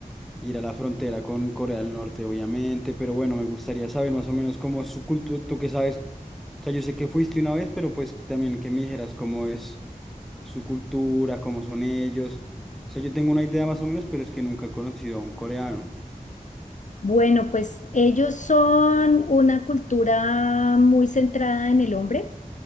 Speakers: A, in the centre; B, on the left (about 60°).
A: ir a la frontera con Corea del Norte, obviamente, pero bueno, me gustaría saber más o menos cómo es su cultura, tú que sabes sea, yo sé que fuiste una vez, pero pues también que me dijeras cómo es su cultura, cómo son ellos. O sea, yo tengo una idea más o menos, pero es que nunca he conocido a un coreano.
B: Bueno, pues ellos son una cultura muy centrada en el hombre.